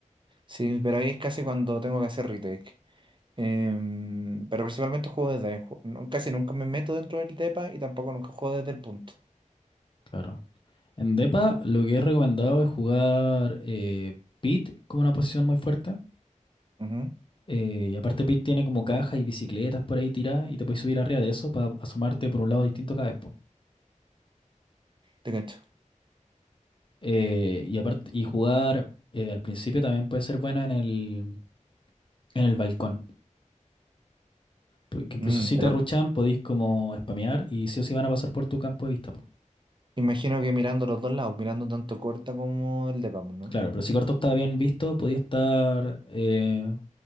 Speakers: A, on the right (about 40°); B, on the left (about 40°).
A: Sí, pero ahí es casi cuando tengo que hacer retake. Em, pero principalmente juego desde ahí. ju- no- Casi nunca me meto dentro del depa y tampoco nunca juego desde el punto.
B: claro. En DEPA lo que he recomendado es jugar eh, pit como una posición muy fuerte.
A: Ujú,
B: Eh, y aparte Pit tiene como cajas y bicicletas por ahí tiradas y te puedes subir arriba de eso para asomarte por un lado distinto cada vez, po.
A: Te cacho.
B: Eh, y aparte, y jugar eh, al principio también puede ser bueno en el, en el balcón. Porque incluso
A: Mm,
B: si
A: pero
B: te ruchan podéis como spamear y sí o sí van a pasar por tu campo de vista, po.
A: imagino que mirando los dos lados, mirando tanto corta como el depa, pues, ¿no?
B: Claro, pero si Corto está bien visto, podías estar... eh,